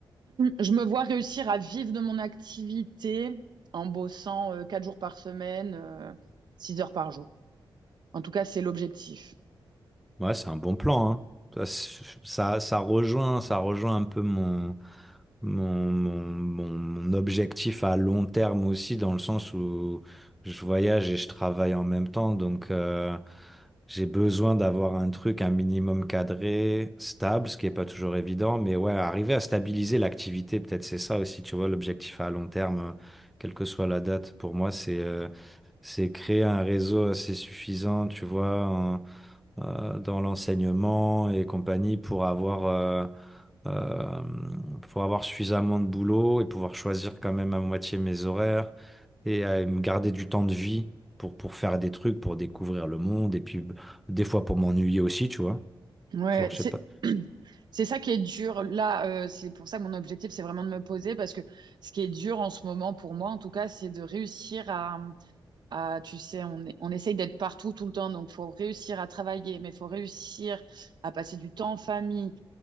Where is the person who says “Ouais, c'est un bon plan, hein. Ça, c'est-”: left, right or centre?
Centre